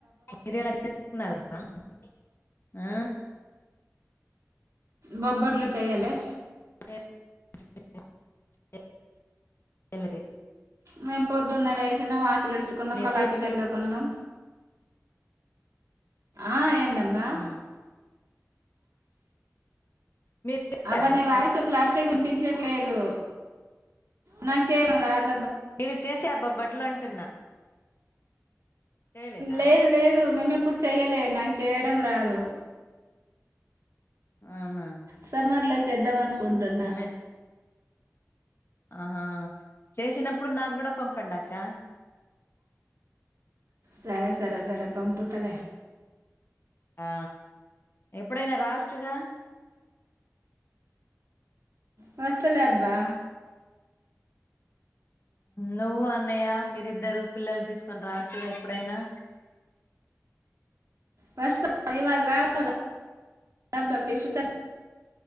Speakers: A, on the left (about 45°); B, on the right (about 75°).
A: మీరేలా జెర్పుకున్నారబ్బా ఆ
B: బొబ్బట్లు చెయ్యాలే
A: <inaudible>
B: మేం పొద్దున్నే లేేసినాం వాకిలిడుచుకున్నాం
A: మీరు
B: కలాపి
A: చే
B: చెల్లు ఆ ఏందబ్బా
A: ఉమ్ మీరు చేసారా
B: అబ్బా నీ
A: బొబ్బట్లు
B: వాయిసు క్లారిటీ వినిపించట్లేదు నాకు చేయడం రాదు
A: మీరు చేసే అబ్బా బట్లు అంటున్నా చేయ లేదా
B: లేదు లేదు మేమెప్పుడు చెయ్యలే నాకు చేయడం రాదు
A: అవునా
B: సమ్మర్ లో చేద్దాం అనుకుంటున్న
A: మే ఆహా చేసినప్పుడు నాకు గూడా పంపండి అక్క
B: సరే సరే సరే పంపుతలే
A: ఆ ఎప్పుడైనా రావచ్చుగా
B: వస్తలే అబ్బా
A: నువ్వు అన్నయ్య మీరిద్దరు పిల్లలు తీసుకొని రావచ్చు కదా ఎప్పుడైనా
B: వస్తా ఇవాళ రావాలిబ్బా ఫిష్ కర్రి